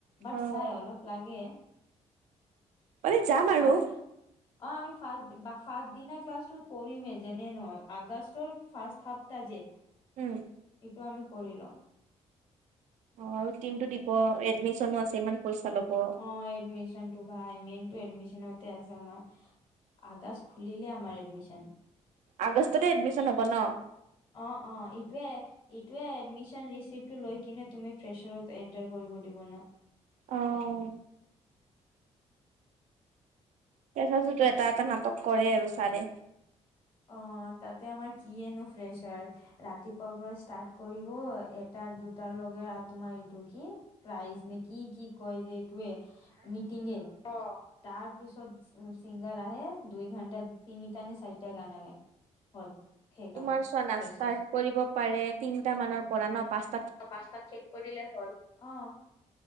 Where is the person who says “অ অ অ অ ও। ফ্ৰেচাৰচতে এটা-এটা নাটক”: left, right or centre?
Right